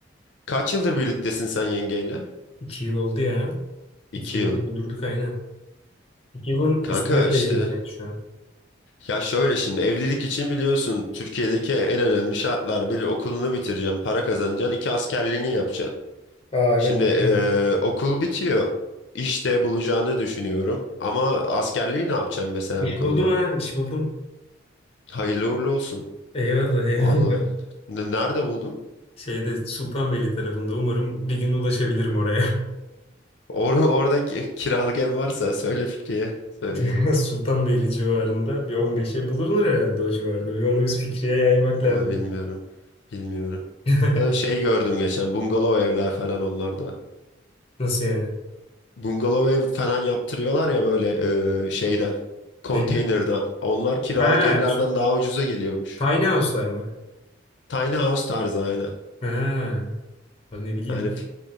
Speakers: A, on the left (about 65°); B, on the left (about 30°).
A: kaç yıldır birliktesin sen yengeyle?
B: İki yıl oldu ya.
A: İki
B: İki yıl
A: yıl.
B: doldurduk aynen. İki yılın
A: Kanka
B: üstüne
A: işte
B: sayıyoruz yani şu an.
A: ya şöyle şimdi evlilik için biliyorsun Türkiye'deki en önemli şartlar bir okulunu bitireceksin, para kazanacaksın, iki askerliğini yapacaksın.
B: Aa
A: Şimdi
B: evet doğru.
A: eee, okul bitiyor. İşte bulacağını düşünüyorum. Ama askerliği ne yapacaksın mesela
B: İş
A: bu konuda?
B: buldum ha iş buldum.
A: Hayırlı uğurlu olsun.
B: Eyvallah eyvallah.
A: Vallahi. Nerede buldun?
B: Şeyde Sultanbeyli tarafında umarım bir gün ulaşabilirim oraya.
A: Or orada kiralık ev varsa söyle Fikriye. Söyleyelim.
B: <laughs> Sultanbeyli civarında bir 15'e bulunur herhalde o civarda. Bir onu biz Fikri'ye yaymak
A: Ay
B: lazım.
A: bilmiyorum. Bilmiyorum.
B: <laughs>
A: Ha, Şey gördüm geçen bungalov evler falan onlarda.
B: Nasıl yani?
A: Bungalov ev falan yaptırıyorlar ya böyle e, şeyden. Konteynerden.
B: Neydi?
A: Onlar kiralık
B: Ha,
A: evlerden
B: şu
A: daha ucuza geliyormuş.
B: tiny house'lar mı?
A: Tiny house tarzı aynen.
B: Ha, abi ne bileyim.
A: Yani Fik-